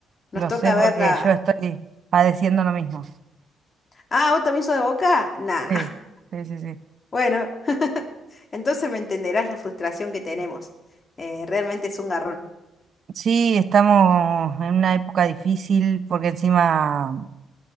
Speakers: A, on the left; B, on the right.
A: Nos
B: Lo
A: toca
B: sé porque
A: ver la...
B: yo estoy padeciendo lo mismo.
A: Ah, ¿vos también sos de Boca? Nah.
B: Sí, sí, sí, sí.
A: Bueno, <laughs> entonces me entenderás la frustración que tenemos. Eh, realmente es un garrón.
B: Sí, estamos en una época difícil porque encima